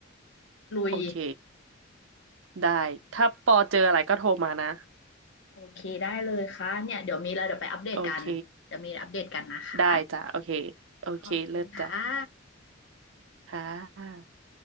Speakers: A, on the left; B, on the right.
A: ลุย
B: โอเคได้ถ้าปอเจออะไรก็โทรมานะ
A: โอเคได้เลยค่ะเนี่ยเดี๋ยวมีอะไรเดี๋ยวไปอัปเดตกันเดี๋ยวมีอะไรอัปเดตกันนะคะ
B: โอเคได้จ้ะโอเคโอเคเลิศจ้ะ
A: ขอบคุณค่ะ
B: ค่ะ